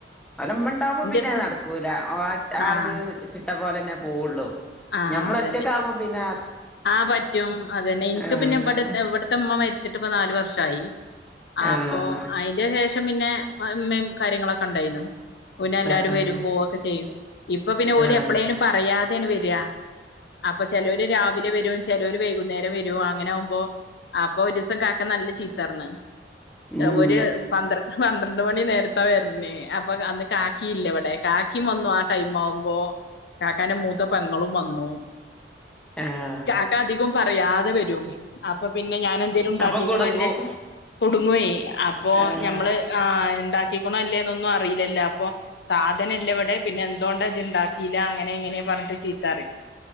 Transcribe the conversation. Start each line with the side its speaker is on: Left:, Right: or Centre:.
Centre: ഓലെ ഇമ്മണ്ടാവുമ്പോ
Left: ഇന്റെടുത്ത്
Centre: പിന്നെ അത് നടക്കൂല ആ
Left: ആഹ്
Centre: ഒരു ചിട്ട പോലെന്നെ പോവുള്ളു.
Left: ആഹ്
Centre: ഞമ്മള്
Left: അതന്നെ
Centre: ഒറ്റക്കാവുമ്പം പിന്നാ
Left: ആഹ് പറ്റും അതന്നെ ഇൻക്ക്
Centre: ആഹ്
Left: പിന്നെ ഇവിടെ ഇവിടുത്തെമ്മ മരിച്ചിട്ട് ഇപ്പ നാല് വർഷായി. ആപ്പൊ
Centre: ആഹ്
Left: അയിന്റെ ശേഷം പിന്നെ ഇമ്മയും കാര്യങ്ങളൊക്കെ ഇണ്ടായിനു. ഓല് അല്ലാരും
Centre: ആഹ്
Left: വരും പോവൊക്കെ ചെയ്യും ഇപ്പൊ പിന്നെ ഓല്
Centre: ആഹ്
Left: എപ്പളേലും പറയാതേണ് വെരാ അപ്പൊ ചെലോര് രാവിലെ വരും ചെലോര് വൈകുന്നേരം വരും അങ്ങനാവുമ്പോ അപ്പൊ ഒരുസം കാ ക്ക നല്ല ചീത്തറ്ഞ്ഞ്
Centre: ഉം
Left: ഒര് പന്ത്ര പന്ത്രണ്ട് മണി നേരത്ത വര്ണേ അപ്പൊ അന്ന് കാക്കില്ല ഇവടെ കാക്കിം വന്നു ആ ടൈം ആവുമ്പോ കാക്കാന്റെ മൂത്ത പെങ്ങളും വന്നു.
Centre: ആഹ്
Left: കാക്ക അധികും പറയാതെ വരും അപ്പൊ പിന്നെ ഞാനെന്തേലും ഇണ്ടാക്കിക്ക്ണൊ
Centre: അപ്പൊ കുടുങ്ങും
Left: ഇല്ലേ കുടുങ്ങൊയ് അപ്പൊ
Centre: ആഹ്
Left: ഞമ്മള് ആഹ് ഇണ്ടാക്കിക്ക്ണോ ഇല്ലേന്നൊന്നും അറിയില്ലലോ അപ്പൊ സാധന ഇല്ലെ ഇവടെ പിന്നെ എന്തോണ്ട ഇജ്ജ് ഇണ്ടാക്കില്ല അങ്ങനെ ഇങ്ങനെ പറഞ്ഞിട്ട് ചീത്തറിം.